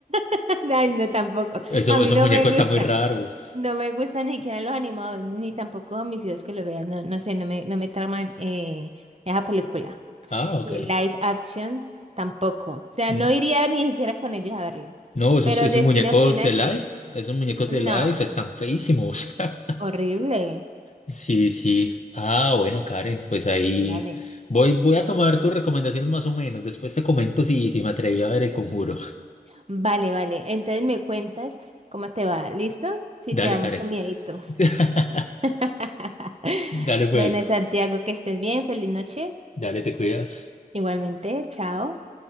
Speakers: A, on the right (about 45°); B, on the left (about 50°).
A: <laughs> Ay, no, tampoco.
B: Eso,
A: A mí
B: esos
A: no
B: muñecos
A: me gusta.
B: están muy raros.
A: No me gustan ni siquiera los animados, ni tampoco a mis hijos que lo vean. No, no sé, no me, no me traman eh, esa película.
B: Ah, ok.
A: Y el live action tampoco. O sea,
B: Mm,
A: no iría ni siquiera con ellos a verlo.
B: No, esos,
A: Pero
B: esos
A: Destino
B: muñecos
A: Final
B: de Life,
A: sí.
B: esos muñecos
A: No,
B: de Life están feísimos. <laughs>
A: horrible.
B: Sí, sí. Ah, bueno, Karen, pues ahí
A: Vale.
B: voy, voy a tomar tus recomendaciones más o menos. Después te comento si, si me atreví a ver El Conjuro.
A: Vale, vale. Entonces me cuentas cómo te va. ¿Listo? si
B: Dale,
A: te da mucho
B: Karen.
A: miedito.
B: <laughs>
A: <laughs>
B: Dale, pues.
A: Bueno, Santiago, que estés bien. Feliz noche.
B: Dale, te cuidas.
A: Igualmente, chao.